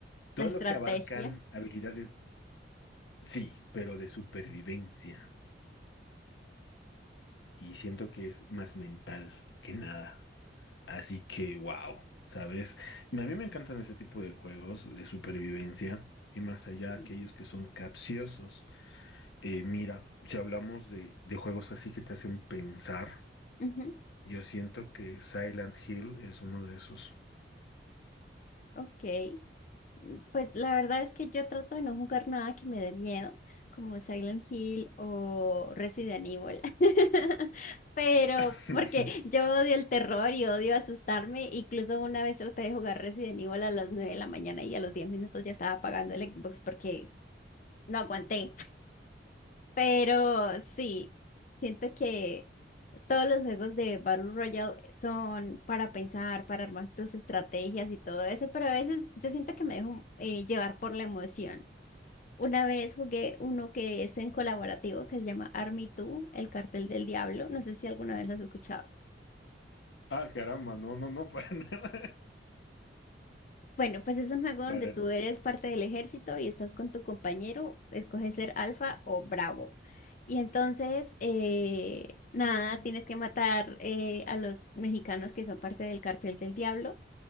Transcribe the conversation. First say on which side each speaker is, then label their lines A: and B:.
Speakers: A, on the left; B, on the left.
A: todo
B: La estrategia.
A: lo que abarcan habilidades, sí, pero de supervivencia. Y siento que es más mental que nada. Así que, wow, ¿sabes? A mí me encantan ese tipo de juegos de supervivencia. Y más allá,
B: Ujú.
A: aquellos que son capciosos. Eh, mira, si hablamos de, de juegos así que te hacen pensar,
B: Ujú,
A: yo siento que Silent Hill es uno de esos.
B: Ok, Mm, pues la verdad es que yo trato de no jugar nada que me dé miedo, como Silent Hill o Resident Evil, <laughs> pero
A: <laughs>
B: porque yo odio el terror y odio asustarme, incluso una vez traté de jugar Resident Evil a las 9 de la mañana y a los 10 minutos ya estaba apagando el Xbox porque no aguanté. Pero sí, siento que todos los juegos de Battle Royale son para pensar, para armar tus estrategias y todo eso, pero a veces yo siento que me dejo eh, llevar por la emoción. Una vez jugué uno que es en colaborativo que se llama Army 2, el cartel del diablo. No sé si alguna vez lo has escuchado.
A: Ah, caramba, no, no, no, <laughs> para nada.
B: Bueno, pues es un juego donde
A: Para.
B: tú eres parte del ejército y estás con tu compañero, escoges ser alfa o bravo. Y entonces, eh, nada, tienes que matar eh, a los mexicanos que son parte del cartel del diablo